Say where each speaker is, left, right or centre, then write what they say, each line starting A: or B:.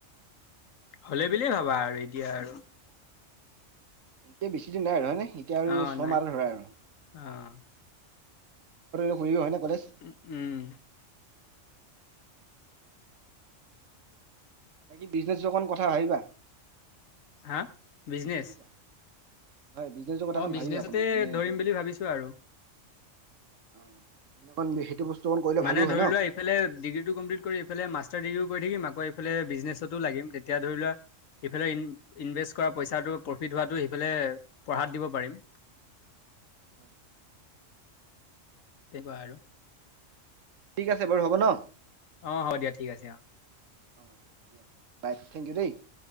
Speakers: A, on the left; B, on the right.
A: হ'লই বুলিয়ে ভাবা আৰু এতিয়া আৰু।
B: এতিয়া বেছি দিন নাই আৰু হয়নে এতিয়া আৰু
A: অ'
B: ছমাহ
A: নাই
B: ধৰে আৰু।
A: অ'
B: <inaudible> হয় নে কলেজ?
A: উম,
B: বাকী বিজনেছ <inaudible> কথা আহিবা।
A: হা? বিজনেছ?
B: বুজিছা হয়, <inaudible>
A: অ', বিজনেছতে
B: ভাবিবা অকণ মানে এইটো
A: ধৰিম বুলি ভাবিছোঁ আৰু।
B: অ মান অক সেইটো বস্তু অকণ কৰিলে
A: মানে
B: ভালো
A: ধৰি
B: হয় ন
A: লোৱা এইফালে ডিগ্ৰী টো কমপ্লিট কৰি ফালে মাষ্টাৰ ডিগ্ৰীও কৰি থাকিম আকৌ এইফালে বিজনেচতো লাগিম তেতিয়া ধৰি লোৱা ইফালে ইনভেষ্ট কৰা পইচাটো প্ৰফিট হোৱাটো সেইফালে পঢ়াত দিব পাৰিম।
B: হয়, হয়,
A: তেনেকুৱা আৰু
B: ঠিক আছে বাৰু হ'ব ন?
A: অ, হ'ব দিয়া ঠিক আছে অ,
B: <unintelligible>